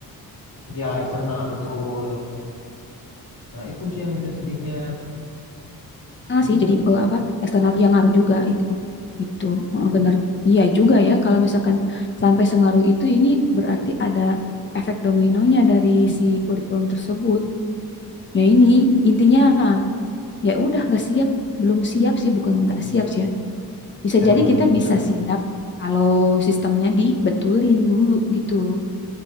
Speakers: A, on the left; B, on the left.
A: iya eksternal betul nah itu sih yang bikin sedihnya cuman
B: sih. Jadi
A: yang
B: eh, apa eksternal yang ngaruh juga itu. Itu
A: iya
B: benar. Iya juga ya kalau misalkan sampai sengaruh itu ini berarti ada efek dominonya dari si kurikulum tersebut. Ya ini intinya ya udah nggak siap, belum siap sih bukan nggak
A: iya
B: siap sih ya. Bisa
A: emang
B: jadi kita
A: belum siap
B: bisa siap kalau sistemnya dibetulin dulu gitu